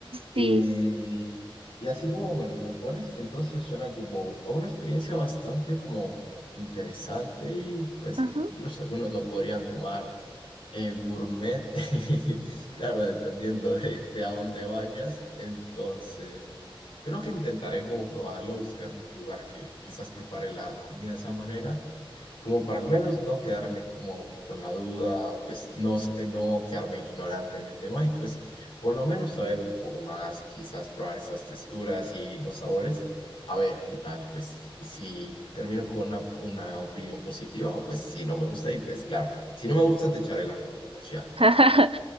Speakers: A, on the left; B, on the right.
A: Y,
B: sí.
A: y así como me lo propones, entonces suena como a una experiencia bastante como interesante y pues
B: ujú.
A: incluso algunos lo podrían tomar eh, gourmet, <laughs> claro, dependiendo de, de a dónde vayas. Entonces, creo que intentaré como probarlo, buscar un lugar que quizás prepare la comida de esa manera como para al menos no quedarme como con la duda, o pues no, sa- no quedarme ignorante en el tema y pues por lo menos saber un poco más, quizás probar esas texturas y los sabores, a ver qué tal, pues si termino con una, una opinión positiva, pues si no me gusta y pues claro, si no me gusta te echaré la culpa por si algo.
B: <laughs>